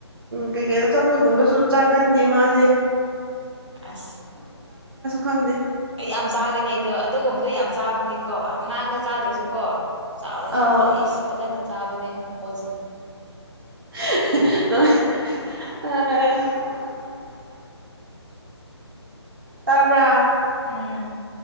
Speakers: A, on the right (about 50°); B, on the right (about 85°).
A: ꯀꯩ ꯀꯩꯅꯣ ꯑꯄꯣꯠꯒꯨꯝꯕꯁꯨ ꯆꯥꯒꯟꯗꯦ ꯃꯥ ꯑꯗꯨꯦ
B: ꯑꯁ
A: ꯈꯪꯗꯦ
B: ꯑꯩ ꯌꯥꯝ ꯆꯥꯒꯅꯤ ꯑꯗꯣ ꯑꯗꯨꯒꯨꯝꯕꯗꯣ ꯌꯥꯝ ꯆꯥꯕꯅꯦ ꯀꯣ ꯑꯉꯥꯡꯗ ꯆꯥꯗ꯭ꯔꯁꯨꯀꯣ ꯆꯥꯎꯔꯀꯥꯟꯗ
A: ꯑꯥꯎ
B: ꯏꯁ ꯐꯖꯅ ꯆꯥꯕꯅꯦ ꯑꯣꯄꯣꯖꯤꯠꯅꯤ
A: ꯑꯣ ꯑ ꯇꯥꯕ꯭ꯔꯥ
B: ꯎꯝ